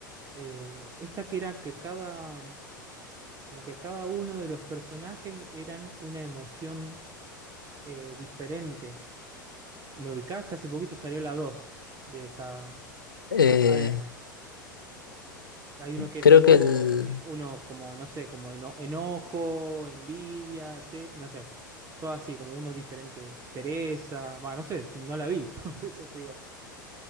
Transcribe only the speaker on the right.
Eh, esta que era que cada... Como que cada uno de los personajes eran una emoción eh, diferente. Me ubicás que hace poquito salió la 2 de esa.
a- a- Hay uno que es
tipo,
eh, uno como, no sé, como eno- enojo, envidia, se- no sé. Todo así, como uno diferente. Pereza, va, no sé, no la vi, <laughs> por eso te digo.